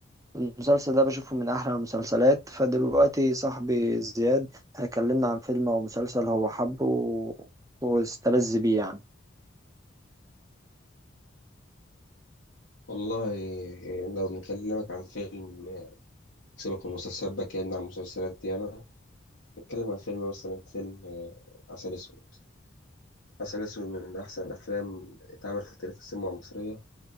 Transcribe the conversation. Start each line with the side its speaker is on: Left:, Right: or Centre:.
Right: المسلسل ده بشوفه من أحلى المسلسلات فدلوقتي صاحبي زياد هيكلمنا عن فيلم أو مسلسل هو حبه و- واستلذ بيه يعني
Left: والله آه، لو نكلمك عن فيلم سيبك من المسلسلات بقى كأننا عن مسلسلات ياما نتكلم عن فيلم مثلا فيلم آه، عسل أسود عسل أسود من أحسن الأفلام اتعملت في تاريخ السينما المصرية